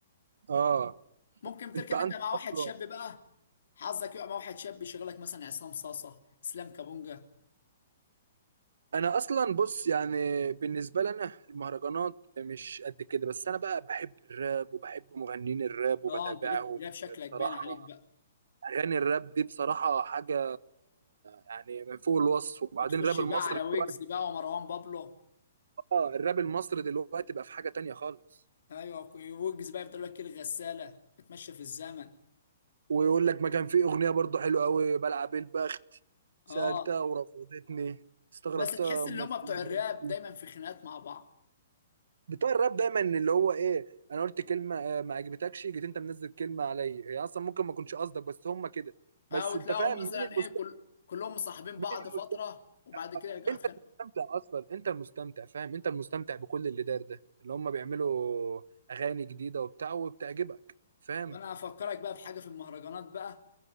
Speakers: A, on the right (about 70°); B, on the left (about 65°).
A: اه
B: ممكن تركب
A: انت عندك
B: انت مع واحد
A: برضو
B: شاب بقى حظك يقع مع واحد شاب يشغلك مثلا عصام صاصه اسلام كابونجا
A: انا اصلا بص يعني بالنسبه لنا المهرجانات مش قد كده بس انا بقى بحب الراب وبحب مغنيين الراب وبتابعهم
B: اه انت ليك في الراب شكلك
A: بصراحه
B: باين عليك بقى
A: اغاني الراب دي بصراحه حاجه يعني من فوق الوصف وبعدين
B: وتخش
A: الراب
B: بقى
A: المصري
B: على ويجز
A: دلوقتي
B: بقى ومروان بابلو
A: اه الراب المصري دلوقتي بقى في حاجه تانية خالص
B: ايوه ويوجز بقى بتقول لك إيه الغساله اتمشى في الزمن
A: ويقول لك ما كان في اغنيه برضو حلوه قوي بلعب البخت
B: اه
A: سالتها ورفضتني استغربتها
B: بس تحس ان
A: امال
B: هم
A: في
B: بتوع الراب
A: إيه؟
B: دايما في خناقات مع بعض
A: بتوع الراب دايما اللي هو ايه انا قلت كلمه آه، ما عجبتكش جيت انت منزل كلمه عليا هي اصلا ممكن ما اكونش قصدك بس هم كده بس
B: اه وتلاقيهم
A: انت فاهم
B: مثلا
A: مين
B: ايه
A: المستمتع
B: كل كلهم مصاحبين
A: مين
B: بعض
A: المستمتع
B: فتره وبعد كده يرجعوا
A: انت
B: يتخانقوا
A: المستمتع اصلا انت المستمتع فاهم انت المستمتع بكل اللي دار ده اللي هم بيعملوا اغاني جديده وبتاع وبتعجبك فاهم
B: وانا هفكرك بقى بحاجه في المهرجانات بقى